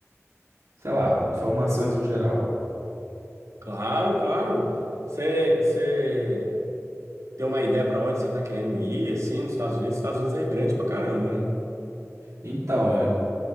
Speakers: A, on the right (about 85°); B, on the right (about 75°).
A: sei lá, informações no geral?
B: Claro, claro. Você você tem uma ideia para onde você tá querendo ir, assim, nos Estados Unidos? Os Estados Unidos é grande pra caramba, né?
A: Então,